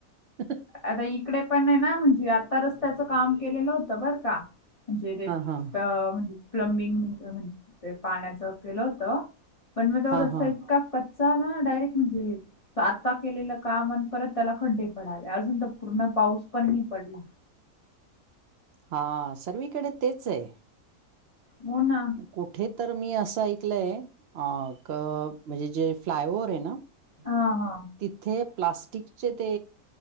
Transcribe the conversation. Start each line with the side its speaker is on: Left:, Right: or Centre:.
Right: ह
Left: आता इकडे पणे ना. म्हणजे आता रस्त्याचं काम केलेलं होतं बरं का. म्हणजे ते,
Right: हा हा
Left: म्हणजे प्लंमबिंग पाण्याचं केलं होत. पण मग तो
Right: हा
Left: रस्ता
Right: हा
Left: इतका कच चा ना. डायरेक्ट म्हणजे आता केलेलं काम अण, परत त्याला खड्डे पडले. अजून तर पूर्ण पाऊस पण नाही पडला.
Right: हा. सर्वीकडे तेचे.
Left: हो ना
Right: कुठे तर मी असं ऐकलंय. अ क म्हणजे जे फ्लायओव्हरे ना.
Left: ह हा.
Right: तिथे प्लास्टिकचे ते